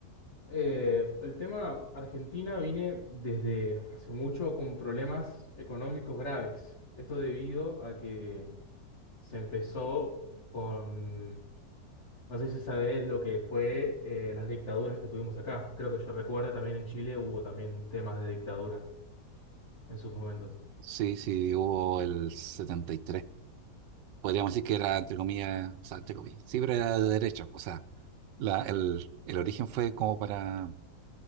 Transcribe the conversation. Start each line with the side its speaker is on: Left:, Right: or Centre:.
Left: Eh, el tema Argentina viene desde hace mucho con problemas económicos graves. Esto debido a que se empezó con, no sé si sabes lo que fue eh, las dictaduras que tuvimos acá. Creo que yo recuerdo también en Chile hubo también temas de dictadura en sus momentos.
Right: Sí, sí, hubo el 73. Podríamos decir que era, entre comillas, o sea, entre comillas, siempre era de derecha. O sea, la- el, el origen fue como para